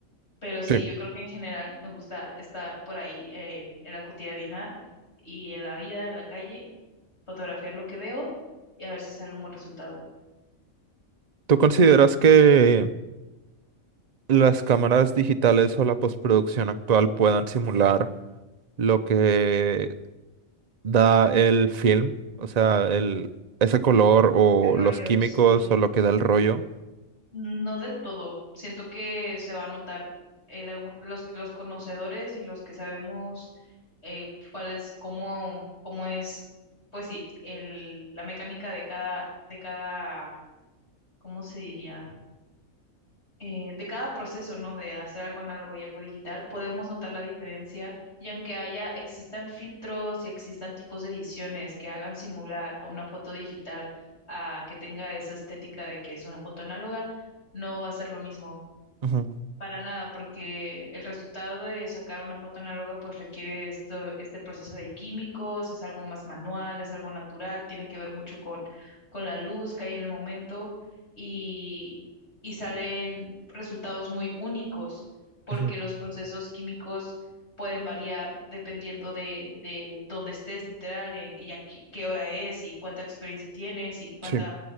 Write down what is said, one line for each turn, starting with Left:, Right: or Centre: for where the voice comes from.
Left: Pero sí,
Right: sí.
Left: yo creo que en general me gusta estar por ahí eh, en la cotidianidad y en la vida, en la calle, fotografiar lo que veo y a ver si sale un buen resultado.
Right: ¿Tú consideras que las cámaras digitales o la postproducción actual puedan simular lo que da el film? O sea, el, ese color o
Left: El rollo,
Right: los químicos
Left: sí.
Right: o lo que da el rollo.
Left: No del todo. Siento que se va a notar eh, de algún- los, los conocedores y los que sabemos eh, cuál es, cómo, cómo es, pues sí, el, la mecánica de cada, de cada, ¿cómo se diría? eh, de cada proceso, ¿no? De hacer algo análogo y algo digital, podemos notar la diferencia y aunque haya, existan filtros y existan tipos de ediciones que hagan simular a una foto digital a que tenga esa estética de que es una foto análoga, no va a ser lo mismo.
Right: Ujú,
Left: Para nada, porque el resultado de sacar una foto análoga pues requiere esto, este proceso de químicos, es algo más manual, es algo natural, tiene que ver mucho con, con la luz que hay en el momento y, y salen resultados muy únicos porque
Right: ujú.
Left: los procesos químicos pueden variar dependiendo de, de dónde estés literal y, y a qué qué hora es y cuánta experiencia tienes y cuánta
Right: Sí.